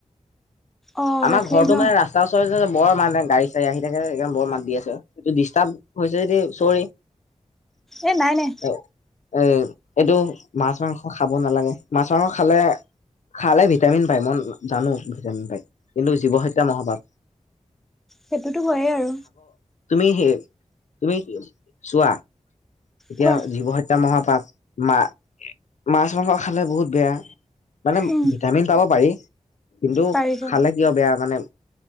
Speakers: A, in the centre; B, on the left.
A: অ',
B: আমাৰ
A: গাখীৰ
B: ঘৰটো
A: ন'
B: মানে ৰাস্তাৰ ওচৰে বৰ মানে, গাড়ী চাড়ী আহি থাকে। একদম বৰ মাত দি আছে সেইটো ডিষ্টাৰ্ব হৈছে যদি চৰি।
A: এ নাই নাই।
B: এ এ, এইটো মাছ মাংস খাব নালাগে মাছ মাংস খালে খালে ভিটামিন পায় মই জানো ভিটামিন পায়, কিন্তু জীৱহত্যা মহাপাপ।
A: সেইটোতো হয়েই আৰু।
B: তুমি সেই, তুমি চোৱা এতিয়া
A: কোৱা
B: জীৱহত্যা মহাপাপ মা মাছ মাংস খালে বহুত বেয়া। মানে,
A: উম
B: ভিটামিন পাব পাৰি কিন্তু,
A: পাৰিব
B: খালে কিয় বেয়া মানে